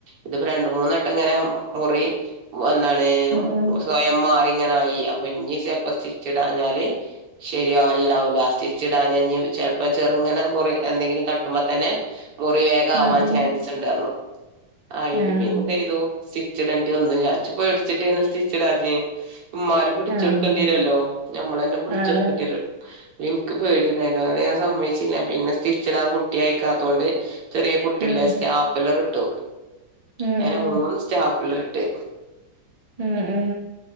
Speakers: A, on the right (about 45°); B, on the right (about 30°).
A: ഇത്പ്പോ രണ്ട് മൂന്നെട്ടം ഇങ്ങനെ മുറി വ ന്താണ്
B: ആഹ് ആഹ്
A: സ്വയം മാറി ഇങ്ങനെ ആയീ അപ്പൊ ഇഞ്ഞി ചെൽപ്പം സ്റ്റിച്ചിടാഞ്ഞാല് ശരിയാവൽ ണ്ടാവൂല ലാസ്റ്റ് സ്റ്റിച്ചിടാഞ്ഞാ ഞ്ഞി ചെൽപ്പം ചെർങ്ങനെ മുറി എന്തെങ്കിലും തട്ടുമ്പോ തന്നെ മുറി വേഗ ആവാൻ
B: ആഹ്
A: ചാൻസ് ചാൻസ്ണ്ട് റ്ഞ്ഞു അയില്
B: ആഹ്
A: പിന്നെ ന്തെയ്തൂ സ്വിച്ചിടണ്ടി വന്ന് ഞാൻ ച്ച് പേട്ച്ചിട്ടയ്നു സ്റ്റിച്ചിടാഞ്ഞെ മ്മാരും പുട്ച്ചെട്ക്കണ്ടിരുല്ലോ
B: ആഹ്
A: നമ്മളെന്നെ പുടിച്ചെടുക്കെണ്ടിരുല്ലോ
B: ആഹ് ആഹ്
A: ൻക് ക്ക് പേടിണ്ടെയ്നു അത് ഞാൻ സമ്മയ്ച്ചില്ല പിന്നെ സ്റ്റിച്ചിടാൻ കുട്ടി അയ്ക്കാത്തോണ്ട് ചെറിയ കുട്ടില്ലേ
B: ഉം
A: സ്റ്റാപ്ല്ലർ ഇട്ടു
B: ഉം
A: അങ്ങനെ
B: ഉം
A: മൂന്ന് സ്റ്റാപ്ല്ലർ ഇട്ട്
B: ഉം ഉം